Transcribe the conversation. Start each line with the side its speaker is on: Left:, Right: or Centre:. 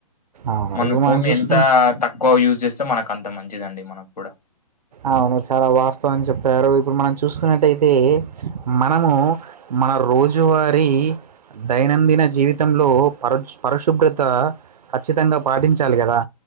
Right: అవును.
Left: మన
Right: ఇప్పుడు
Left: ఫోన్
Right: మనం చూసుకున్
Left: ఎంత తక్కువ యూజ్ చేస్తే మనకు అంత మంచిదండి మనకు కూడా.
Right: అవును చాలా వాస్తవం జేప్పారు ఇప్పుడు మనం చూసుకున్నట్టయితే మనము మన రోజూ వారీ దైనందిన జీవితంలో పర్ పరుశుభ్రత ఖచ్చితంగా పాటించాలి గదా